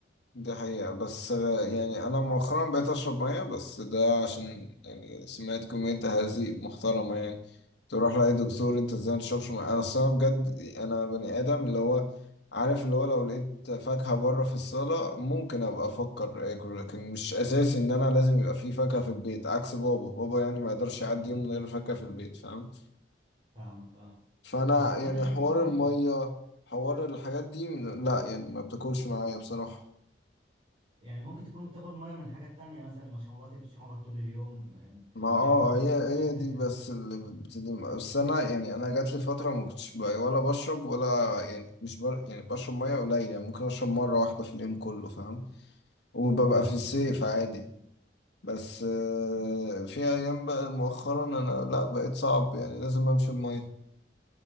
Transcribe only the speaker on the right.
فاهمك اه
بس عامه
انت ممكن
يعني ممكن تكون بتاخد ميه من حاجات تانية مثلا مشروبات اللي بتشربها طول اليوم آه،
اللي
هي معموله
بالميه
كده
كده.
فهمت
آه.